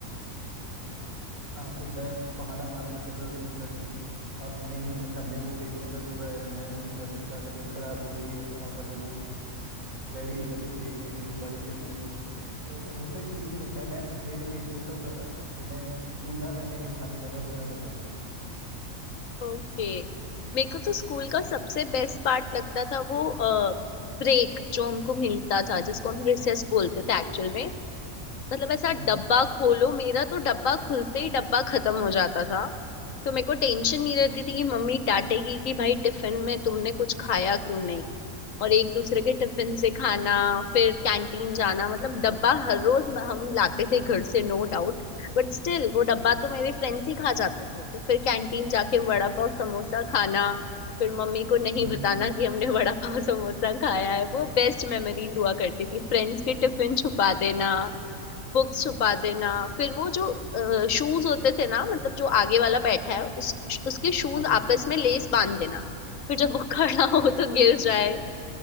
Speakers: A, on the right (about 85°); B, on the left (about 65°).
A: हाँ तो मैं बहाना मारने लग जाता था दूसरा कि अब नहीं अच्छा मेरे को पेट में दर्द हो रहा है मैं अब नहीं जा सकता तबीयत खराब हो रही है अगर वो रेडी हो जाते थे भेजने के लिए बारिश चली जाती थी तो ऐसे बहुत सारी चीजें थी कि मैं मैं, मैं मेरे केस में उल्टा होता था कि मैं स्कूल ना जाने के बहाने ज्यादा ढूंढा करता था
B: ओके मेरे को तो स्कूल का सबसे बेस्ट पार्ट लगता था वो ब्रेक जो हमको मिलता था जिसको हम रिसेस बोलते थे एक्चुअल में मतलब ऐसा
A: हम्म,
B: डब्बा खोलो मेरा तो डब्बा खुलते ही डब्बा खत्म हो जाता था तो मेरे को टेंशन नहीं रहती थी कि मम्मी डांटेगी कि भाई टिफिन में तुमने कुछ खाया क्यों नहीं और एक दूसरे के टिफिन से खाना फिर कैंटीन जाना मतलब डब्बा हर रोज म- हम लाते थे घर से नो डाउट बट स्टिल वो डब्बा तो मेरे फ्रेंड्स ही खा जाते थे तो फिर कैंटीन जाके वड़ा पाव समोसा खाना फिर मम्मी को नहीं
A: हम्म,
B: बताना कि हमने वड़ा पाव समोसा खाया है वो बेस्ट मेमोरीज हुआ करती थी फ्रेंड्स के टिफिन छुपा देना बुक्स छुपा देना फिर वो जो शूज होते थे ना मतलब जो आगे वाला बैठा है उस, उसके शूज
A: हाँ हाँ
B: आपस में लेस बांध देना फिर जब वो खड़ा हो तो गिर जाए